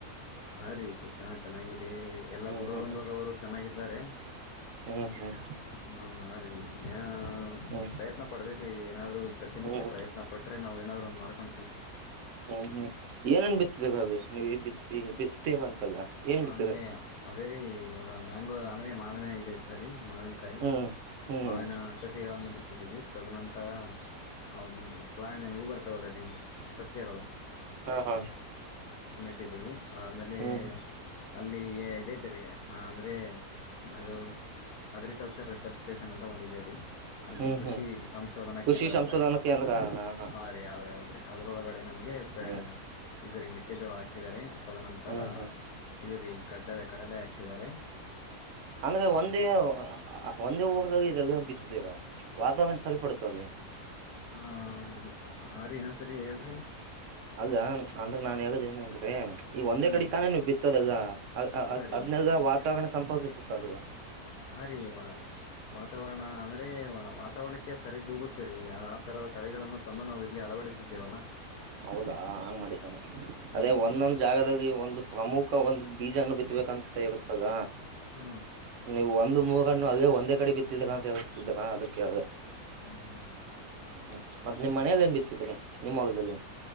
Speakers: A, on the left (about 80°); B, on the right (about 60°).
A: ಹ ರೀ ಶಿಕ್ಷಣ ಚೆನ್ನಾಗಿದೆ ಎಲ್ಲಾ
B: ಹ್ಮ್
A: ಗುರು
B: ಹ್ಮ್
A: ವೃಂದದವರು ಚೆನ್ನಾಗಿದ್ದಾರೆ..
B: ಹ್ಮ್ ಹ್ಮ್
A: ಹ್ಮ ರೀ ಏ
B: ಹ್ಮ್
A: ಪ್ರಯತ್ನ ಪಡ್ಬೇಕ್ರಿ ಏನಾದ್ರು ಪ್ರತಿನಿತ್ಯ
B: ಹ್ಮ್ ಹ್ಮ್
A: ಪ್ರಯತ್ನ ಪಟ್ರೆ ನಾವ್ ಏನಾದ್ರು ಒಂದ್ ಮಾಡ್ ಕಂತಿಲ್ರಿ.
B: ಹ್ಮ್-ಹ್ಮ್ ಏನನ್ ಬಿತ್ತದೆ ಹಾಗೆ ನೀವ್ ಬಿ ಬಿತ್ತೇವಂತಲ್ಲ ಏನ್ ಬಿತ್ತಿದ
A: ಅಂದ್ರೆ ಅದೇ ರೀ ಇವಾಗ ಮ್ಯಾನ್ ಅಂದ್ರೆ ಮಾವಿನ ಇದ್ ಸರಿ ಮಾವಿನಕಾಯಿ
B: ಹ್ಮ್ ಹ್ಮ್
A: ಮಾವಿನ ಸಸಿಗಳನ್ನು ಬಿ ತಿದ್ದೀವಿ ತದನಂತರ ಅವ್ ಪ್ರಾಯಾಣ ಇವು ಬರ್ತಾವಲ್ಲ ರೀ ಸಸ್ಯಗಳು.
B: ಹಾ ಹಾ
A: ಟ್ದಿವಿ ಅದಮೇಲೆ
B: ಹ್ಮ್
A: ಅಲ್ಲಿ ಇದೈತೆರಿ ಅಂದ್ರೆ ಅದು ಅಗ್ರಿಕಲ್ಚರ್ ರಿಸರ್ಚ್ ಸ್ಟೇಷನ್ ಅಂತ ಒಂದೇರೀ ಅಲ್ಲಿ
B: ಹ್ಮ್
A: ಕೃಷಿ
B: ಹ್ಮ್
A: ಸಂಶೋಧನಾ
B: ಕೃಷಿ
A: ಕೇಂದ್ರ
B: ಸಂಶೋಧನಾ
A: ಅಂತಾ
B: ಕೇಂದ್ರ ಹಾ ಹಾ
A: ಹ ರೀ ಅವ್ರಿ ಹೌದ್ರಿ ಅರೊಳ ಗಡೆ ನಮಗೆ ಯೇಪ್ಪ.
B: ಹ್ಮ್
A: ಇದು ಮಕ್ಕೆ ಜೋಳ ಆಕ್ಸಿ. ಇಲ್ಲಾರೀ. ತದನಂತರ.
B: ಹ್ಮ್ ಹ್ಮ್
A: ಇದು ರೀ ಕಡ್ಡ ಕಡಲೆ ಹಾಕ್ಸಿದಿದ್ದಾರೆ.
B: ಅಂದ್ರ ಒಂದೇ ಅ ಒಂದೇ ಹೋಗ್ದಾಗ ಇದೆಲ್ಲ ಬಿತ್ತದೇವ ವಾತಾವರಣ ಸರಿಪಡತಲ್ಲಿ.
A: ಹಾ ಇ ಎ. ಹಾಂ ರೀ ಇನ್ನೊ ಸರಿ ಹೇಳ್ರರಿ.
B: ಅಲ್ಲ ಅಂದ್ರೆ ನಾನ್ ಹೇಳುದ ಏನ ಅಂದ್ರೆ. ಈ ಒಂದೇ
A: ಹ್ಮ್
B: ಕಡಿತಾನೇವು ಬಿತ್ತು. ತದೆಲ್ಲ. ಅ ಅ
A: ಹಾ ರೀ
B: ಅದ್ನೆಲ್ಲ ವಾತಾವರಣ ಸಂಪಕಿಸುತ್ತೆ. ತ್ತದುವ.
A: ಹ ರೀ ವ ವಾತಾವರಣ ಅಂದ್ರೆ ವಾತಾವರಣಕ್ಕೆ. ಸರಿ ದೂಗುತ್ತಿರಿ ಆ ತರದ ತಳಿಗಳನ್ನು ತಂದು ನಾವು. ಇಲ್ಲಿ ಅಳವಡಿಸಿದ್ದೇವಲ್ಲಾ.
B: ಹೌದಾ ಹಂಗ್ ಮಾಡಿದ್ದಾನ
A: ಹ್ಮ್
B: ಅದೇ ಒಂದೊಂದ್ ಜಾಗ. ಆಗಿ ಒಂದು ಪ್ರಮುಖ ಒಂದು ಬೀಜ ಹ್ಣು ಬಿತ್ತಬೇಕಂತ ಹಗತದ.
A: ಹ್ಮ್.
B: ನೀವು ಒಂದು ಮೂಗಣ್ಣು ಅದೇ ಒಂದೇ ಕಡೆ ಬಿತ್ತಿದ್ದಕ್ಕಂತ ಹೇಳ್ತಿದ್ರ ಅದಕ್ಕೆ ಯಾವ್ದೆ.
A: ಹ್ಮ್ ಹ್ಮ್ ಹ್ಮ್ ಹ್ಮ್.
B: ಹ್ಮ ಮತ್ತ್ ನಿಮ್ ಮನೇಯಲ್ಲಿ ಏನ್ ಬಿತ್ತತ್ತಾರೆ ನಿಮ್ಮ್ ಹೊಲದಲ್ಲಿ.